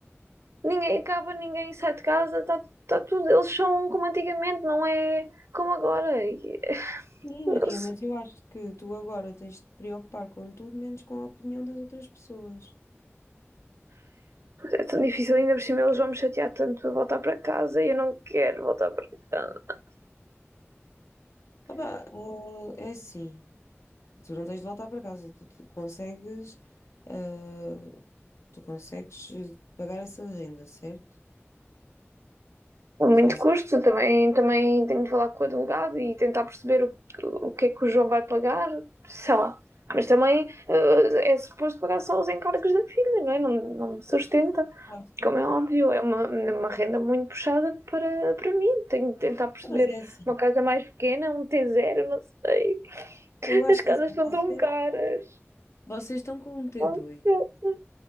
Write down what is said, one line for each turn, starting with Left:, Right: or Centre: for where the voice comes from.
Right: Ninguém acaba, ninguém sai de casa, está tá tá tudo. Eles são como antigamente, não é como agora. E, eh,
Left: Sim,
Right: não
Left: Maria,
Right: sei.
Left: mas eu acho que tu agora tens de te preocupar com tudo menos com a opinião das outras pessoas.
Right: É tão difícil, ainda por cima eles vão me chatear tanto para voltar para casa e eu não quero voltar para casa.
Left: Ah, pá, oh, é assim. E Tu não tens de voltar para casa, tu, tu consegues, ah, tu consegues eh, pagar essa renda, certo?
Right: A muito
Left: Sozinho.
Right: custo, também, também tenho de falar com o advogado e tentar perceber o, o que é que o João vai pagar, sei lá. Mas também eh, é suposto pagar só os encargos da filha, não é? Não, não me sustenta.
Left: Fácil.
Right: Como é óbvio, é uma, uma renda muito puxada para, para mim. Tenho de tentar perceber
Left: Mas é assim,
Right: uma casa mais pequena, um t zero, não sei.
Left: eu acho
Right: As casas
Left: que é assim,
Right: estão
Left: vocês,
Right: tão caras.
Left: vocês estão com um T2.
Right: Não sei.